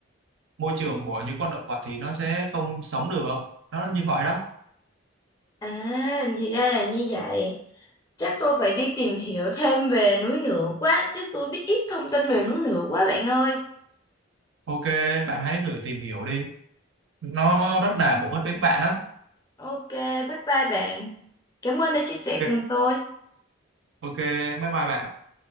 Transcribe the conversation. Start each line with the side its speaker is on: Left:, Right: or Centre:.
Right: môi trường của những con động vật thì nó sẽ không sống được nó như vậy đó
Left: à thì ra là như vậy chắc tôi phải đi tìm hiểu thêm về núi lửa quá chứ tôi biết ít thông tin về núi lửa quá bạn ơi
Right: ok bạn hãy thử tìm hiểu đi nó rất là bổ ích với bạn đó
Left: ok bye bye bạn cảm ơn đã chia sẻ
Right: ok,
Left: cùng tôi
Right: ok bye bye bạn